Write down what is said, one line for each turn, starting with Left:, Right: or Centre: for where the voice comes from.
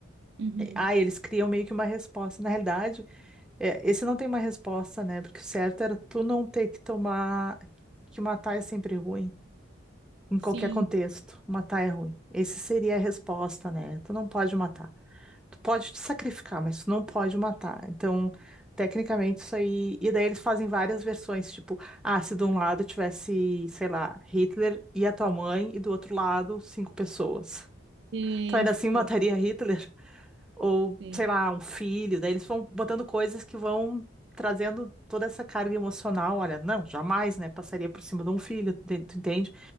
Right: Uhum.
Centre: E- Ah, eles criam meio que uma resposta. Na realidade, é, esse não tem uma resposta, né? Porque o certo era tu não ter que tomar, que matar é sempre ruim em qualquer
Right: Sim.
Centre: contexto. Matar é ruim. Essa seria a resposta, né? Tu não pode matar. Tu pode te sacrificar, mas tu não pode matar. Então, tecnicamente, isso aí. E daí eles fazem várias versões, tipo, ah, se de um lado tivesse, sei lá, Hitler e a tua mãe, e do outro lado, cinco pessoas.
Right: Isso.
Centre: Tu ainda assim mataria Hitler? Ou,
Right: Sim.
Centre: sei lá, um filho. Daí eles vão botando coisas que vão trazendo toda essa carga emocional. Olha, não, jamais, né? Passaria por cima de um filho, tu tu entende?